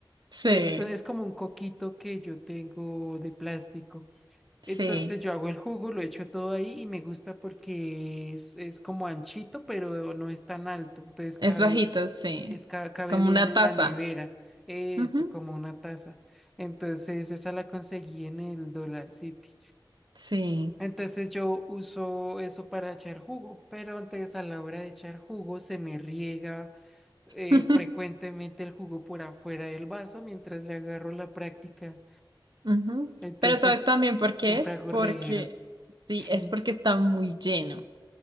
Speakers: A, on the right; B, in the centre.
A: Sí,
B: Entonces es como un coquito que yo tengo de plástico.
A: sí,
B: Entonces yo hago el jugo, lo echo todo ahí y me gusta porque es, es como anchito, pero no es tan alto. Entonces
A: es
B: cabe,
A: bajito, sí,
B: es, ca- cabe
A: como
B: bien
A: una
B: en
A: taza.
B: la nevera. Eso,
A: Ujú,
B: como una taza. Entonces esa la conseguí en el Dollar City.
A: Sí.
B: Entonces yo uso eso para echar jugo, pero antes a la hora de echar jugo se me riega eh,
A: <laughs>
B: frecuentemente el jugo por afuera del vaso mientras le agarro la práctica.
A: Ujú.
B: Entonces
A: Pero ¿sabes también por
B: siempre
A: qué es?
B: hago
A: Porque,
B: reguero. <laughs>
A: sí, es porque está muy lleno.